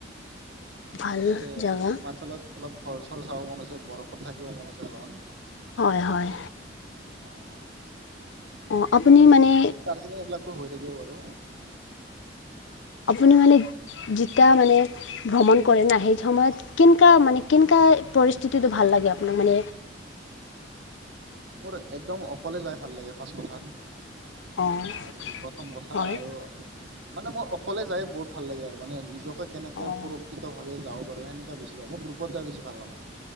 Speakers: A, on the right; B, on the left.
A: আৰু
B: ভাল
A: লগতে
B: জাগা
A: হিমাচলত অলপ ঘৰ চৰ চাব মন আছে বৰফত থাকিব মন আছে অলপমান।
B: হয়, হয়।
A: অ', অ'।
B: অঁ আপুনি
A: বাকী
B: মানে
A: ছিক্কিম দাৰ্জিলিং এইবিলাকতো হৈ থাকিব বাৰু।
B: আপুনি মানে যেতিয়া মানে ভ্ৰমণ কৰে ন, সেই সময়ত কেনেকা মানে কেনেকা পৰিস্থিতিটো ভাল লাগে আপোনাক মানে।
A: মোৰ একদম অকলে যাই ভাল লাগে ফাৰ্ষ্ট কথা
B: অঁ
A: আৰু প্ৰথম কথা
B: হয়
A: আৰু মানে মই অকলে যাই বহুত ভাল লাগে আৰু মানে নিজক কেনেকে
B: অঁ
A: সুৰক্ষিতভাবে যাব পাৰো সেনেকা বেছি ভাল মই গ্ৰুপত যাই বেছি ভাল নাপাওঁ।